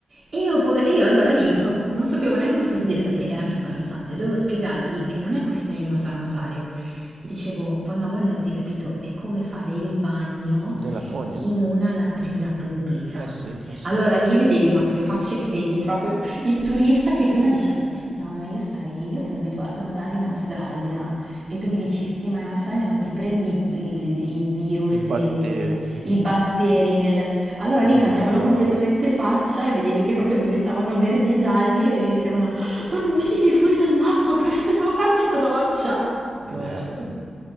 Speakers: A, on the right; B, on the right.
A: E io, poi- e io allora lì un po' non sapevo neanche più cosa dire perché era anche imbarazzante. Dovevo spiegargli che non è questione di nuotare o nuotare. Gli dicevo, "Vo- no, voi non avete capito, è come fare il bagno
B: nella fogna.
A: in una latrina pubblica.
B: Eh sì, eh sì.
A: Allora lì vedevi proprio le facce, che- vedi proprio il turista che prima dice, no, ma io sai, io sono abituato a nuotare in Australia. E tu gli dici, sì, ma in Australia non ti prendi il- i virus
B: I batteri,
A: e le
B: sì, sì,
A: i batteri
B: sì.
A: nel... Allora
B: Oh,
A: lì cambiavano
B: wow.
A: completamente faccia e vedevi che proprio diventavano verdi e gialli e dicevano "Ah, "Bambini fuori dall'acqua, presto andiamo a farci una doccia". Poveretti.
B: Eh, vabbè.